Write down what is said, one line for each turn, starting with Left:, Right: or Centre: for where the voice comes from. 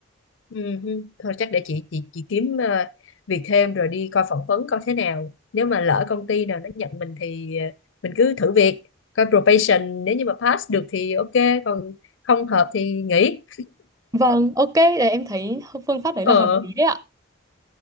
Left: Ừ, ừ. Thôi chắc để chị chị chị kiếm ờ, việc thêm rồi đi coi phỏng vấn coi thế nào. Nếu mà lỡ công ty nào nó nhận mình thì ờ, mình cứ thử việc, coi probation nếu như mà pass được thì ok, còn không hợp thì nghỉ.
Right: Vâng, ok, để em thấy phương pháp đấy
Left: Ờ,
Right: là hợp lý đấy ạ.